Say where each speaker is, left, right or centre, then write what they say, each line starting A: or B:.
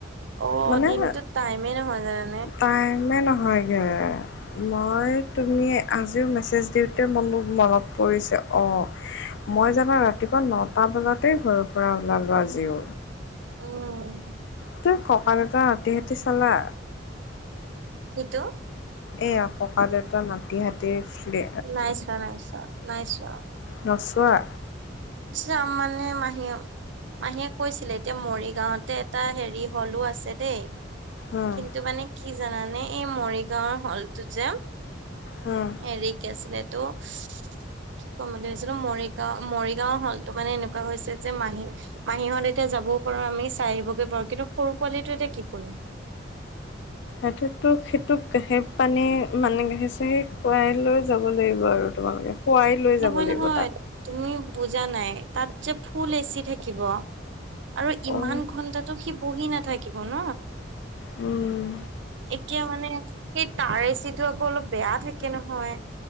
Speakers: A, on the right; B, on the left.
A: অঁ
B: মানে
A: দিনটোত টাইমে নহয় জানেনে।
B: টাইমে নহয়গৈ মই, তুমি আজিও মেছেজ দিওঁ। এই মানুহ, মনত পৰিছে, অঁ। মই জানা ৰাতিপুৱা নটা বজাতেই ঘৰৰ পৰা ওলালোঁ আজিও।
A: উম।
B: তুমি ককাদেউতা নাতি-হাতী চালা।
A: কি টো?
B: এইয়া ককাদেউতা নাতি-হাতী আছিলে।
A: নাই চোৱা, নাই চোৱা নাই চোৱা।
B: নোচোৱা?
A: চাম মানে মাহিয়ম। মাহীয়ে কৈছিলে! এতিয়া মৰিগাঁৱতে এটা হেৰি হলোঁ আছে দেই।
B: উম,
A: কিন্তু মানে কি জানানে, এই মৰিগাঁৱৰ হলটো যে।
B: উম।
A: হেৰিক আছিল টো, কি ক'ম বুলি ভাবিছিলোঁ মৰিগাঁও মৰি। গাঁও হলটো মানে, এনেকুৱা হৈছে যে মাহী। মাহীহত এতিয়া যাবও পাৰো। আমি চাই আহিবগৈ পাৰো, কিন্তু সৰু পোৱালিটো এতিয়া কি কৰিম।
B: এইটোতকৈ সিটোক গাখীৰ-পানী মানে, গাখীৰ-চাখীৰ খুৱাই লৈ যাব লাগিব আৰু তোমালোকে। খোৱাই লৈ
A: নহয়-নহয়
B: যাব লাগিব তাক।
A: তুমি বুজা নাই, তাত যে ফুল এ চি থাকিব। আৰু ইমান
B: অ',
A: ঘন্টাটো সি বহি নাথাকিব ন।
B: উম।
A: এতিয়া মানে, সেই তাৰ এচিটো আকৌ অলপ বেয়া থাকে নহয়।